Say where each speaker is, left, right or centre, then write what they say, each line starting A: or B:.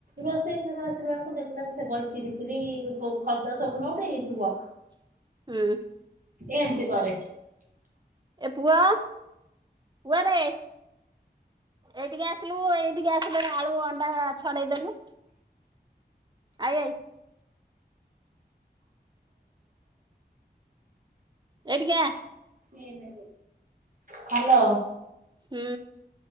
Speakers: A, on the right; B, on the right.
A: ରୋଷେଇ ଘରୁ ଆସିଲା ବେଳକୁ ଦେଖିଲା ବେଳକୁ ସେ ବହି ଚିରି କିିରିି ଫର୍ଦ୍ଦ ସବୁ ନଉଟେ ଦେଇଥିବ।
B: ହୁଁ।
A: ଏମତି କରେ।
B: ଏ ପୁଅ ପୁଅ ରେ ଏଇଠିକି ଆସିଲୁ ଏଇଠିକି ଆସିଲୁ ଆଳୁ ଅଣ୍ଡା ଛଡେଇଦେଲୁ। I I. ଏଇଠିକି ଆ
A: <inaudible> ହ୍ୟାଲୋ!
B: ହୁଁ,